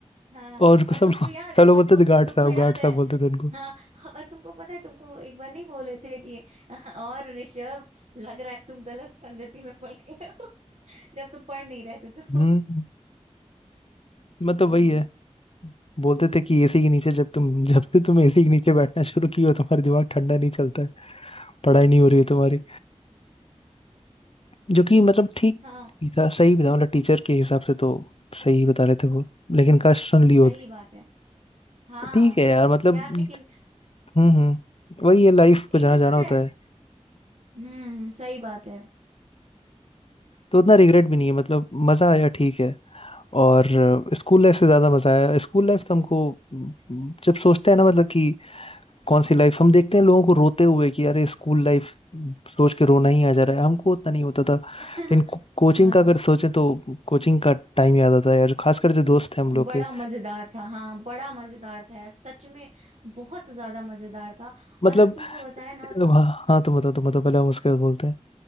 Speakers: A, on the right; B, on the left.
A: हाँ
B: और
A: और
B: सब
A: तुमको
B: लोग
A: याद
B: सब
A: है
B: लोग
A: तुमको
B: बोलते थे गार्ड
A: तुमको
B: साहब
A: याद
B: गार्ड साहब
A: है
B: बोलते थे उनको
A: हाँ और तुमको पता है तुमको एक बार नहीं बोले थे कि <laughs> और ऋषभ लग रहा है तुम गलत संगति में पड़ गए हो <laughs> जब तुम पढ़ नहीं रहे थे तो
B: हम्म
A: <laughs>
B: मतलब वही
A: हम्म
B: है बोलते थे कि एसी के नीचे जब तुम जब से तुम एसी के नीचे बैठना शुरू किए हो तुम्हारा दिमाग ठंडा नहीं चलता पढ़ाई नहीं हो रही है तुम्हारी जो कि मतलब ठीक
A: हाँ
B: भी था सही भी था मतलब टीचर के हिसाब से तो सही ही बता रहे थे वो लेकिन काश सुन ली होती
A: सही बात है हाँ
B: ठीक है यार मतलब
A: यार लेकिन
B: हम्म हम्म वही है लाइफ को जहाँ
A: एकदम
B: जाना
A: पता
B: होता
A: है
B: है
A: हम्म सही बात है
B: तो उतना रिग्रेट भी नहीं है मतलब मज़ा आया ठीक है और स्कूल लाइफ से ज़्यादा मज़ा आया स्कूल लाइफ तो हमको अम, जब सोचते हैं ना मतलब कि कौन सी लाइफ हम देखते हैं लोगों को रोते हुए कि अरे स्कूल लाइफ सोच के रोना ही आ जा रहा है हमको उतना नहीं होता था लेकिन
A: <laughs>
B: को, कोचिंग
A: हाँ
B: का अगर सोचें तो कोचिंग का टाइम याद आता है यार खासकर जो दोस्त हैं हम लोग
A: बड़ा
B: के
A: मजेदार था हाँ बड़ा मजेदार था यार सच में बहुत ज्यादा मजेदार था
B: मतलब
A: और हम तुमको बताए ना मतलब
B: हाँ हाँ, तुम बताओ तुम बताओ पहले हम उसके बाद बोलते हैं